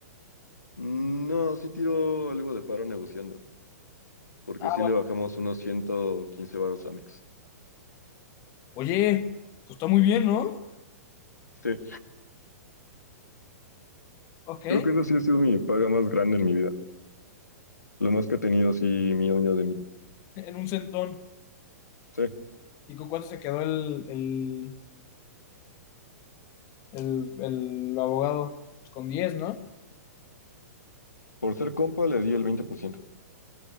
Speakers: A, on the left; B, on the left.
A: Mm, No, sí tiro algo de paro negociando, porque
B: Ah,
A: sí le bajamos unos 115 varos a Mix.
B: oye, pues está muy bien, ¿no?
A: Sí,
B: Ok,
A: creo que esa sí ha sido mi paga más grande en mi vida. Lo más que he tenido así mío, mío de mí.
B: en un centón.
A: Sí.
B: ¿Y con cuánto se quedó el, el, el, el abogado? Pues con diez ¿no?
A: Por ser compa le di el 20%,